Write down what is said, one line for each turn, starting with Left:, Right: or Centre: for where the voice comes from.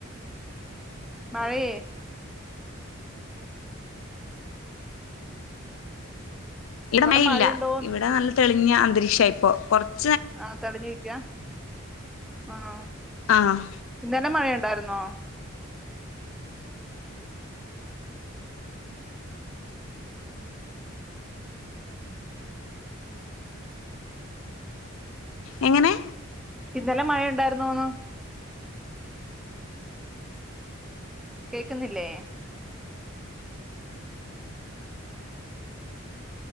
Centre: മഴയേ
Left: ഇവിടെ
Centre: അവിടെ
Left: മഴ
Centre: മഴയുണ്ടോന്ന്
Left: ഇല്ല ഇവിടെ നല്ല തെളിഞ്ഞ അന്തരീക്ഷാ ഇപ്പോ <inaudible> <unintelligible>
Centre: ആഹ് തെളിഞ്ഞ് നിക്കുവാ ആന്നോ <unintelligible>
Left: ആഹ്
Centre: ഇന്നലെ മഴ <unintelligible> <unintelligible>
Left: എങ്ങനെ
Centre: ഇന്നലെ മഴ ഉണ്ടായിരുന്നോന്ന് കേക്കുന്നില്ലേ